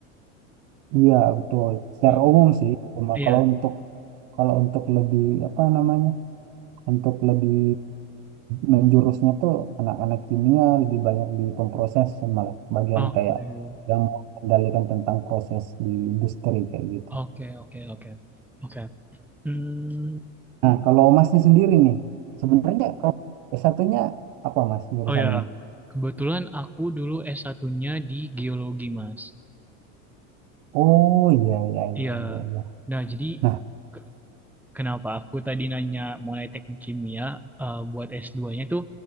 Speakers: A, on the right (about 60°); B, in the centre.
A: iya betul. Secara
B: Hmm,
A: umum sih, cuma
B: iya.
A: kalau untuk kalau untuk lebih apa namanya, untuk lebih menjurusnya tuh anak-anak kimia lebih banyak di pemproses malah bagian
B: Oke.
A: kayak yang mengendalikan tentang proses di industri kayak gitu.
B: Oke, oke, oke. Oke. Hmm,
A: Nah, kalau masnya sendiri nih, sebenarnya kalau s 1 apa mas jurusannya?
B: Oh ya, kebetulan aku dulu S1-nya di geologi, Mas.
A: Oh iya iya iya
B: Iya.
A: iya iya.
B: Nah, jadi
A: Nah,
B: ke- kenapa aku tadi nanya mulai teknik kimia eh, buat S2-nya tuh